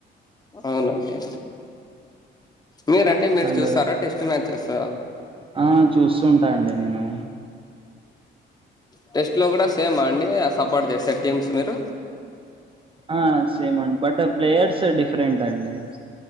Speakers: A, on the left (about 20°); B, on the right (about 25°).
A: అవునండి మీరండి మీరు
B: అండ్
A: చూస్తారా టెస్ట్ మ్యాచెస్
B: ఆ చూస్తూ ఉంటా అండి నేను
A: టెస్ట్ లో కూడా సేమ్ అండి సపోర్ట్ చేసారు టీమ్స్ మీరు
B: ఆ సేమ్ అండి బట్ ప్లేయర్స్ డిఫరెంట్ అండి